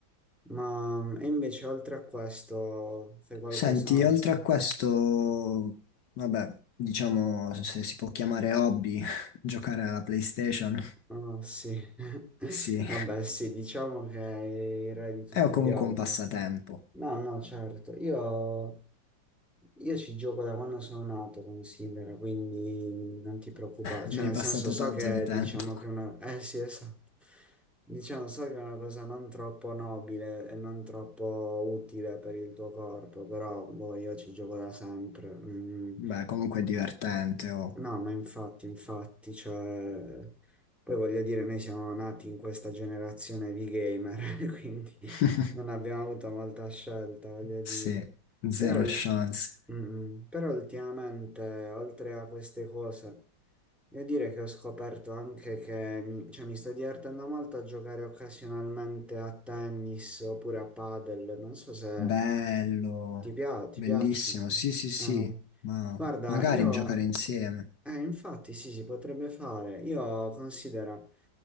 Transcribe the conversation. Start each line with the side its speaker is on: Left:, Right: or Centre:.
Centre: Ma mm, e invece oltre a questo fai qualcos'altro?
Left: Senti, oltre a questo, vabbè, diciamo se si può chiamare hobby, <laughs> giocare alla PlayStation,
Centre: Oh sì, <laughs>
Left: <laughs> sì,
Centre: vabbè sì, diciamo che è il re di tutti
Left: è comunque
Centre: gli hobby.
Left: un passatempo,
Centre: No, no, certo, io Io ci gioco da quando sono nato, considera, quindi non ti preoccupare.
Left: ne
Centre: Cioè,
Left: hai
Centre: nel
Left: passato
Centre: senso, so
Left: tanto
Centre: che
Left: di tempo.
Centre: diciamo che è una... Eh sì, esatto. Diciamo, so che è una cosa non troppo nobile e non troppo utile per il tuo corpo, però boh, io ci gioco da sempre. Mm.
Left: Beh, comunque è divertente, oh.
Centre: No, ma infatti, infatti, cioè, poi voglio dire, noi siamo nati in questa generazione di gamer, <laughs> quindi
Left: <laughs>
Centre: non abbiamo avuto molta scelta, voglio dire.
Left: Sì, zero
Centre: Però, il-
Left: chance.
Centre: mm, però ultimamente, oltre a queste cose, devo dire che ho scoperto anche che mi, cioè, mi sto divertendo molto a giocare occasionalmente a tennis oppure a padel, non so se
Left: Bello,
Centre: ti pia- ti
Left: bellissimo.
Centre: piacciono.
Left: Sì, sì, sì,
Centre: eh.
Left: ma
Centre: Guarda,
Left: magari
Centre: io...
Left: giocare insieme.
Centre: Eh, infatti sì, si potrebbe fare. Io considero...